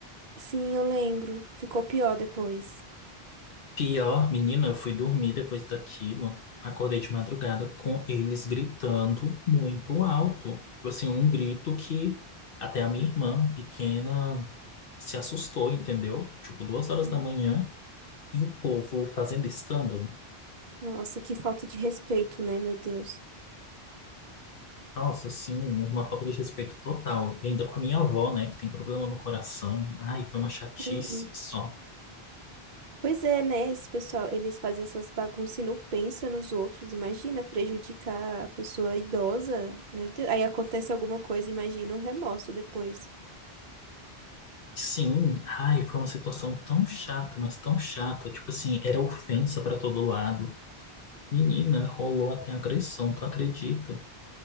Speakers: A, on the right (about 50°); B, on the left (about 65°).
A: Sim, eu lembro. Ficou pior depois.
B: Pior, menina, eu fui dormir depois daquilo. Acordei de madrugada com eles gritando muito alto. Tipo Assim, um grito que até a minha irmã pequena se assustou, entendeu? Tipo, duas horas
A: Uhum.
B: da manhã e o povo fazendo escândalo.
A: Nossa, que falta de respeito, né, meu Deus?
B: Nossa, sim, uma falta de respeito total. E ainda com a minha avó, né, que tem problema no coração. Ai, foi uma chatice
A: Sim.
B: só.
A: Pois é, né? Esse pessoal, eles fazem essas bagunças e não pensam nos outros. Imagina prejudicar a pessoa idosa. Meu Deus. Aí acontece alguma coisa, imagina um remorso depois.
B: Sim, ai, foi uma situação tão chata, mas tão chata. Tipo assim, era ofensa pra todo lado. Menina, rolou até agressão, tu acredita?